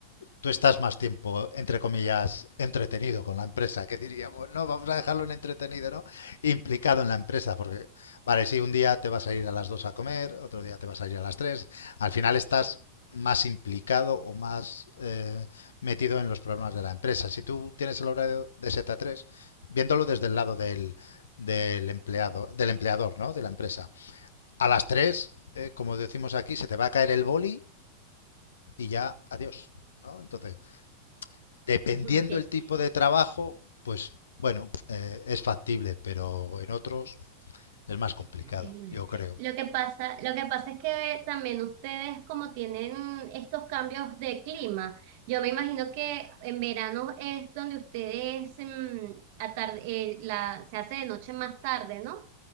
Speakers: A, on the left; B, on the right.
A: tú estás más tiempo, entre comillas, entretenido con la empresa, que diríamos, no, vamos a dejarlo en entretenido, ¿no? Implicado en la empresa, porque, vale, sí un día te vas a ir a las 2 a comer, otro día te vas a ir a las tres al final estás más implicado o más eh, metido en los problemas de la empresa. Si tú tienes el horario de 7 a 3, viéndolo desde el lado del, del empleado, del empleador, ¿no? De la empresa a las 3, eh, como decimos aquí, se te va a caer el boli y ya, adiós. ¿no? Entonces, dependiendo
B: <laughs>
A: el tipo de trabajo, pues bueno, eh, es factible, pero en otros es más complicado,
B: Sí.
A: yo creo.
B: Lo que pasa, lo que pasa es que también ustedes como tienen estos cambios de clima, yo me imagino que en verano es donde ustedes mm, atar- eh, la, se hace de noche más tarde, ¿no?